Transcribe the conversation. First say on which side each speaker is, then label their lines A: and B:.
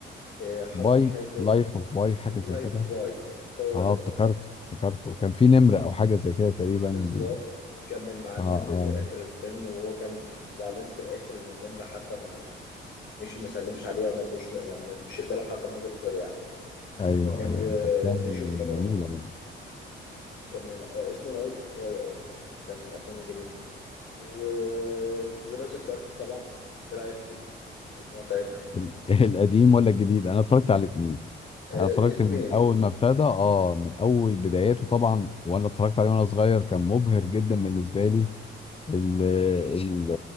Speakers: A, on the left; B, on the left.
A: آه حصل
B: باي
A: حاجة
B: لايف اوف باي حاجه زي
A: لايف
B: كده
A: باي هو
B: اه
A: ده
B: افتكرت افتكرته كان في نمر او حاجه زي كده تقريبا
A: بالظبط
B: بي-
A: كمل مع النمر
B: اه اه
A: لآخر الفيلم وهو كان زعلان في الآخر إن النمر حتى ما مشي مسلمش عليه أو مرضوش يعني مش اداله حتى نظرة وداع
B: ايوه
A: هو النمر
B: ايوه من
A: آه،
B: الافلام
A: مشي
B: الجميله
A: وخلاص
B: برضه.
A: كمل آه، اسمه لايف باي اه كان من الأفلام الجميلة وجوراسيك بارك طبعا إيه رأيك فيها المجموعة بتاعتها
B: ال- <laughs> القديم ولا الجديد انا اتفرجت على الاثنين
A: يعني
B: انا اتفرجت
A: الاتنين
B: من اول ما ابتدى اه من اول بداياته طبعا وانا اتفرجت عليه وانا صغير كان مبهر جدا بالنسبه لي ال ال